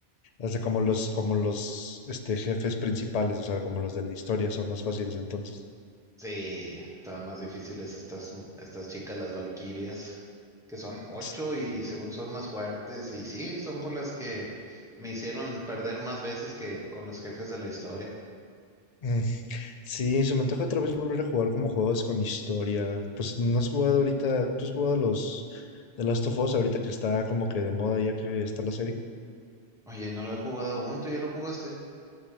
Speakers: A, on the left; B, in the centre.
A: O sea, como los, como los este, jefes principales, o sea, como los de la historia, son más fáciles entonces.
B: Sí, estaban más difíciles estas, estas chicas, las Valquirias, que son ocho
A: Ts-
B: y según son más fuertes. Y sí, son con las que me hicieron perder más veces que con los jefes de la historia.
A: mm. Sí, se me antoja otra vez volver a jugar como juegos con historia. Pues no has jugado ahorita, tú has jugado los The Last of Us ahorita que está como que de moda ya que está la serie.
B: Oye, no lo he jugado aún, ¿tú ya lo jugaste?